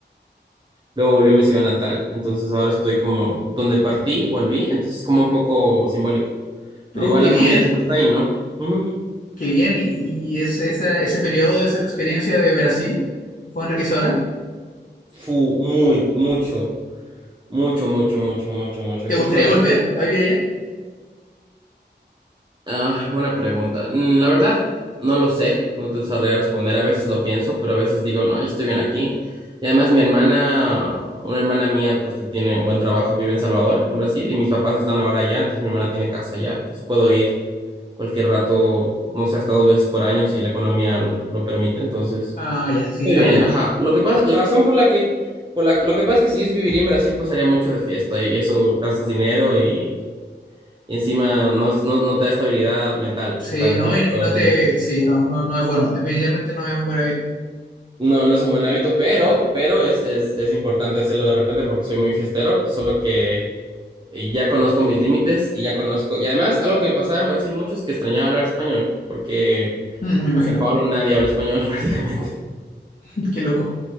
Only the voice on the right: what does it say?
Luego volví a mi ciudad natal. Entonces ahora estoy como donde partí, volví. Entonces es como un poco simbólico. Pero
igual
la familia
siempre está ahí, ¿no? Ujú.
Fu, muy, mucho, mucho, mucho, mucho, mucho, mucho.
Incluso
Ah, buena pregunta. Mm, La verdad, no lo sé, no te sabría responder. A veces lo pienso, pero a veces digo, no, yo estoy bien aquí. Y además mi hermana, una hermana mía, pues que tiene un buen trabajo, vive en Salvador, en Brasil, y mis papás están ahora allá, entonces mi hermana tiene casa allá, entonces puedo ir cualquier rato, no sé, hasta dos veces por año si la economía lo, lo permite. Entonces,
muy
bien, ajá. Lo que pasa, la razón por la que, por la, lo que pasa es que si yo viviría en Brasil, pasaría mucho de fiesta y eso gastas dinero y y encima no, es- no, no te da estabilidad mental
estar de
fiesta
todo
el tiempo.
No, no es un buen hábito, pero, pero es, es, es importante hacerlo de repente porque soy muy fiestero, solo que eh, ya conozco mis límites y ya conozco. Y además, algo que me pasaba en Brasil mucho es que extrañaba hablar español, porque
en San Pablo nadie habla español <laughs> prácticamente.